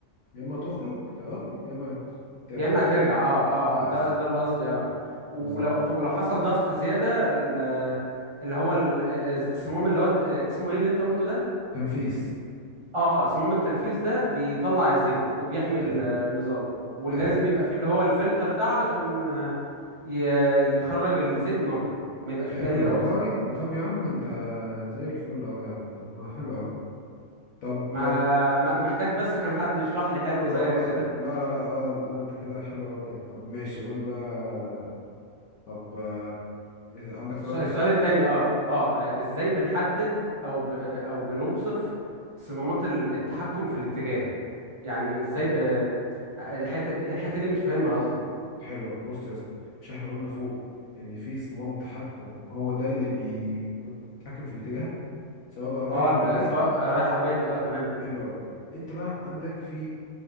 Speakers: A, on the left; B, on the right.
A: يا إما تخرج تمام يا إما ترجع
B: يا اما ترجع اه اه
A: بس
B: آه، ده ده اللي قصدي اه ولو
A: بالظبط
B: طب ولو حصل ضغط زياده ال- اللي هو ال- السموم اللي هو الت- اسمه ايه اللي انت قلته ده
A: تنفيس
B: اه سموم التنفيذ ده بيطلع الزيت وبيحمي
A: ح-
B: ال- آه، النظام ولازم
A: حلو
B: يبقى فيه اللي هو الفلتر ده علشان آه، ي- يخرج الزيت نقي ما يبقاش
A: حلو
B: فيه اي رواسب
A: أوي أه طب يا عم أنت زي الفل أهو يا عم طب ما حلو أوي طب
B: ما ما- محتاج بس كان حد يشرح لي حلو
A: أه
B: زيك
A: لا
B: كده
A: لا لا لا أه لا أنت كده حلو أوي كده طب ماشي قول بقى طب إذا عندك سؤال
B: الس- السؤال
A: تاني طب
B: التاني اه اه آه، ازاي بنحدد او ب... او بنوصف صمامات ال- التحكم في الاتجاه يعني ازاي
A: اه
B: ب... الحتة دي الحتة دي مش فاهمها اصلا
A: حلو بص يا اسطى مش احنا قلنا فوق ان في صمام تحكم هو ده اللي بيتحكم في الاتجاه سواء بقى رايح
B: اه ال-
A: او جاي
B: سواء رايح او جاي اه تمام
A: حلو قوي انت بقى عندك في